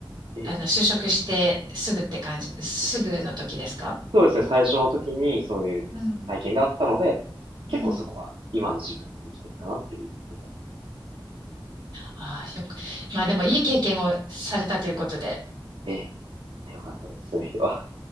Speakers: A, on the right; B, on the right.
A: え
B: あの、就職してすぐって感じ、すぐの時ですか
A: えそうですね、最初の時にそういう体験があったので、
B: うん。
A: 結構そこは今の自分に生きてるかなっていうふうに思う。
B: うん。ああよく、まあでもいい経験をされたということで。
A: ええ、よかったです、そういう意味では。